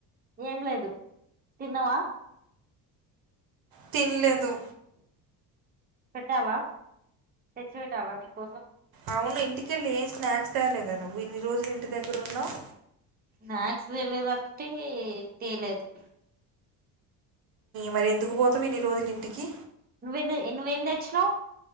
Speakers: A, on the right; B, on the right.
A: ఏం లేదు తిన్నావా
B: తినలేదు
A: పెట్టాలా తెచ్చి పెట్టాలా నీకోసం
B: అవును ఇంటికెళ్ళి ఏం స్నాక్స్ తేయలేదా నువ్వు ఇన్ని రోజులు ఇంటి దగ్గర ఉన్నావు
A: స్నాక్స్ తేలేదంటే తేలేదు
B: మరి ఎందుకు పోతావ్ ఇన్ని రోజులు ఇంటికి
A: నువ్వే నువ్వేం తెచ్చినవ్